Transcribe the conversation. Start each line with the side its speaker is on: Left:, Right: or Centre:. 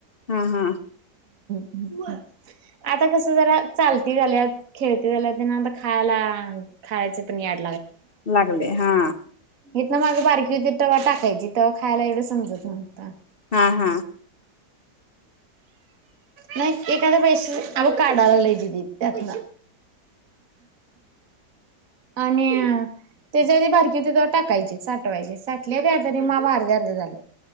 Left: ह, ह
Right: हो आता कस जरा चालती झाल्यात, खेळती झाल्या त नंत खायला खायचे पण याड
Left: लागले हा
Right: येत ना माग बारकीती तवा टाकायची तवा खायला एवढं समजत नव्हत
Left: ह, ह
Right: नाही एखादा पैसे अग काढावा ल दि त्यात आणि त्याच्या आधी बारकी होती ते्हा टाकायचे साठवायचे साठले का तरी माप आर्धी, आर्धी झाले